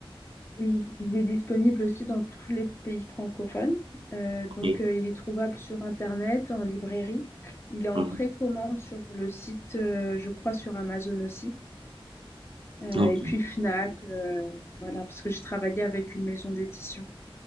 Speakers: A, on the left; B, on the right.
A: Oui, il est disponible aussi dans tous les pays francophones. Euh, donc,
B: Ok.
A: euh, il est trouvable sur Internet, en librairie. Il est en
B: Mhm.
A: précommande sur le site, euh, je crois, sur Amazon aussi. Euh,
B: Ok.
A: et puis Fnac, euh, voilà, parce que j'ai travaillé avec une maison d'édition.